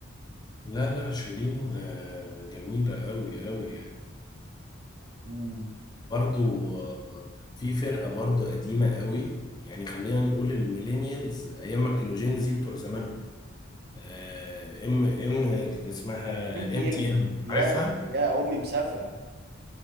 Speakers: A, on the left; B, on the right.
A: لا لا شيرين آه، جميلة أوي أوي يعني
B: امم
A: برضو آه، في فرقة برضو قديمة قوي يعني خلينا نقول الميلينيالز أيام ما كانوا جين زي بتوع زمانهم آه، ام ام اسمها
B: ام تي
A: ام تي
B: ام
A: ام
B: يا
A: عارفها
B: يا يا امي مسافره